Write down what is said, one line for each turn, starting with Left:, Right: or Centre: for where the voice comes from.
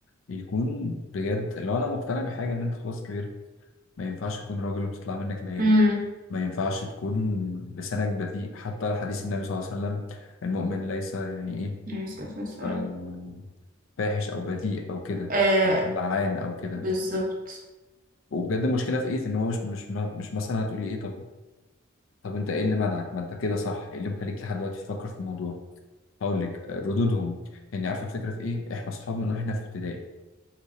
Left: يكون بجد لو أنا مقتنع بحاجة إن أنت خلاص كبرت ما ينفعش تكون راجل وبتطلع منك لعيبة
Right: امم
Left: ما ينفعش تكون لسانك بذيء حتى حديث النبي صلى الله عليه وسلم المؤمن ليس يعني إيه
Right: عليه الصلاة والسلام
Left: آه، فاحش أو بذيء أو كده
Right: آه
Left: لعان أو كده
Right: بالظبط
Left: وبجد المشكله في ايه في ان هو مش مش مش مثلا هتقولي ايه طب طب انت ايه اللي منعك ما انت كده صح ايه اللي مخليك لحد دلوقتي تفكر في الموضوع هقول لك آه، ردودهم يعني عارفه الفكره في ايه احنا اصحاب من واحنا في ابتدائي